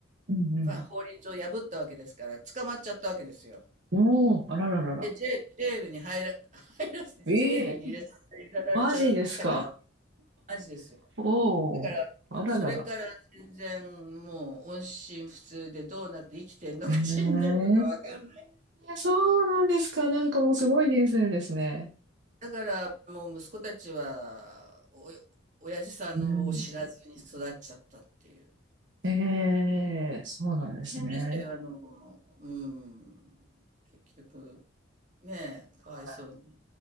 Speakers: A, on the right; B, on the right.
A: うん
B: まあ、法律を破ったわけですから、捕まっちゃったわけですよ。
A: うん。おー、あらららら。
B: で、ジェ、ジェールに入ら、入らせ、ジェールに入れさせられちゃったから、
A: ええー、マジですか
B: マジですよ。
A: おー、
B: だから、
A: あららら。
B: それから全然もう音信不通でどうなって生きてんのか死んでんのかわかんない。
A: ええそうなんですか。なんかもうすごい人生ですね。
B: だからもう息子たちはお親父さんを知らずに育っちゃったっていう。
A: うん。ええそうなんですね。
B: 大変でしたよ、あの、うん。結局、ねえ、かわいそうに。
A: はい